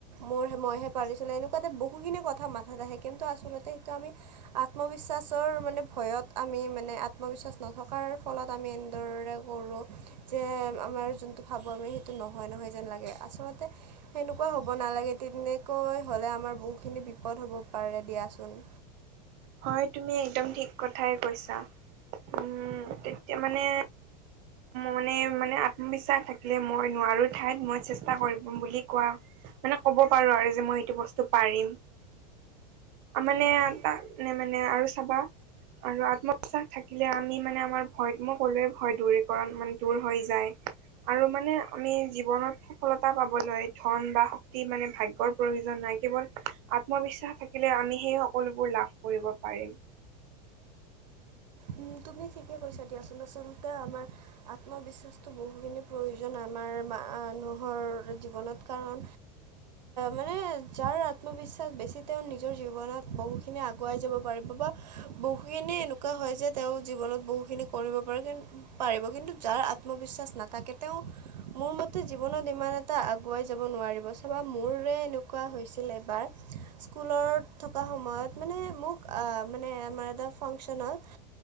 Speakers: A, on the right; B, on the right.
A: মোৰ মইহে পাৰিচোনে এনেকুৱাতে বহুখিনি কথা মাথাত আহে কিন্তু আচলতে এইটো আমি আত্মবিশ্বাসৰ মানে ভয়ত আমি মানে আত্মবিশ্বাস নথকাৰ ফলত আমি এনেদৰে কৰোঁ। যে আমাৰ যোনটো ভাবোঁ আমি সেইটো নহয় নহয় যেন লাগে। আচলতে সেনেকুৱা হ'ব নালাগে। তেনেকৈ হ'লে আমাৰ বহুতখিনি বিপদ হ'ব পাৰে দিয়াচোন।
B: হয় তুমি একদম ঠিক কথাই কৈছা। উম তেতিয়া মানে, মানে মানে আত্মবিশ্বাস থাকিলে মই নোৱাৰো। ঠাইত মই চেষ্টা কৰিব বুলি কোৱা। মানে ক'ব পাৰো আৰু যে মই এইটো বস্তু পাৰিম। মানে
A: হয়
B: এটা নে মানে আৰু চাবা। আৰু আত্মবিশ্বাস থাকিলে আমি মানে আমাৰ ভয়, মই কলোয়ে ভয় দূৰীকৰণ মানে দূৰ হৈ যায়। আৰু মানে আমি জীৱনত সফলতা পাবলৈ ধন বা শক্তি মানে ভাগ্যৰ প্ৰয়োজন নাই কেৱল আত্মবিশ্বাস থাকিলে আমি সেই সকলোবোৰ লাভ কৰিব পাৰিম
A: উম তুমি ঠিকে কৈছা দিয়াচোন আচলতে আমাৰ আত্মবিশ্বাস তো বহুখিনি প্ৰয়োজন আমাৰ মানুহৰ জীৱনত কাৰণ মানে যাৰ আত্মবিশ্বাস বেছি তেওঁ নিজৰ জীৱনত বহু খিনি আগুৱাই যাব পাৰিব বা বহুখিনি এনেকুৱা হয় যে তেওঁ জীৱনত বহুখিনি কৰিব পাৰে পাৰিব কিন্তু যাৰ আত্মবিশ্বাস নাথাকে। তেওঁ মোৰ মতে জীৱনত ইমান এটা আগুৱাই যাব নোৱাৰিব চাবা মোৰে এনেকুৱা হৈছিল এবাৰ স্কুলত থকা সময়ত মানে মোক মানে আমাৰ এটা ফাংচনত-